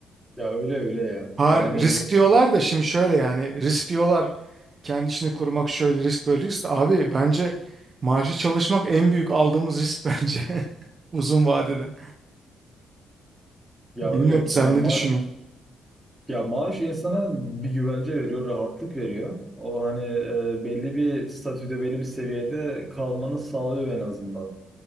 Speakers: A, in the centre; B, on the right.
A: Ya öyle öyle ya.
B: Hayır
A: Yani
B: risk diyorlar da şimdi şöyle yani risk diyorlar kendi işini kurmak şöyle risk böyle risk de abi bence maaşı çalışmak en büyük aldığımız risk bence <laughs> uzun vadede.
A: ya
B: Bilmiyorum
A: öyle
B: sen
A: yani
B: ne
A: maaş
B: düşünüyorsun?
A: Ya maaş insana bir güvence veriyor, rahatlık veriyor. O hani e, belli bir statüde, belli bir seviyede kalmanı sağlıyor en azından.